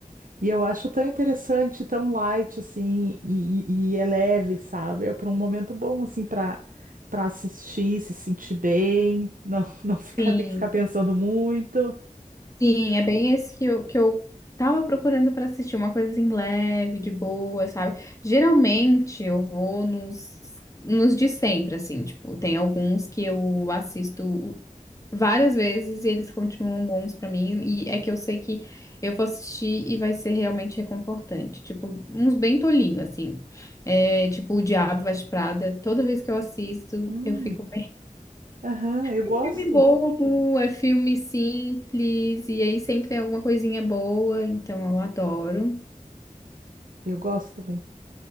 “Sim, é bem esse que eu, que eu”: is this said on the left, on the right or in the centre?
Left